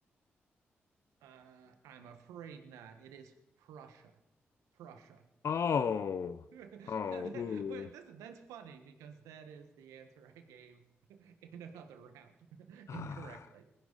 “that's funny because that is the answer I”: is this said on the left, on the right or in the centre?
Right